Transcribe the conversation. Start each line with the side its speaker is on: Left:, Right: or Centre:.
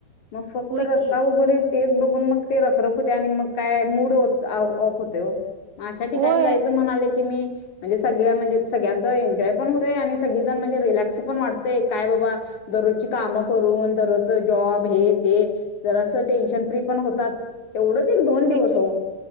Left: मग फक्त
Right: होय
Left: रस्ता
Right: की
Left: वगरे तेच बघून मग ते रखरख होते आणि मग काय मूड ओ ऑफ होतय हो अशा ठिकाणी
Right: होय
Left: जायचं म्हणाले की मी म्हणजे सगळ म्हणजे सगळनचं एन्जॉय पण आणि सगळीजण म्हणजे रिलॅक्स पण वाटतय. काय बाबा दररोजची कामं करून दररोज जॉब हे ते जरास टेन्शन फ्री पण होतात. तेवढंच एक दोन
Right: होय
Left: दिवस
Right: की,
Left: हो